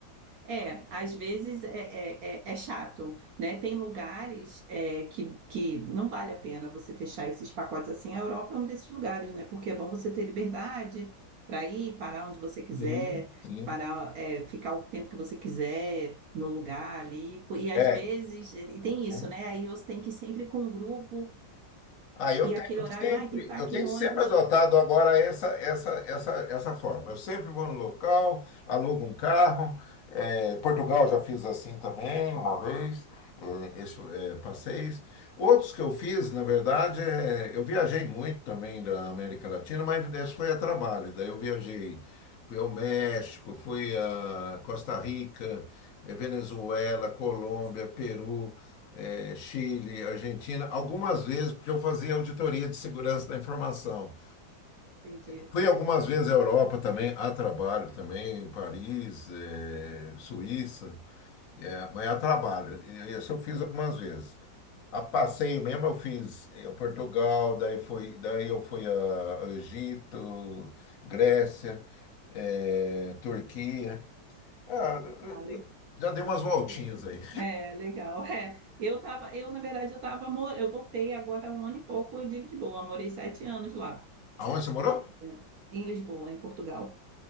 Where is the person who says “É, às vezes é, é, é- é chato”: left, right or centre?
Right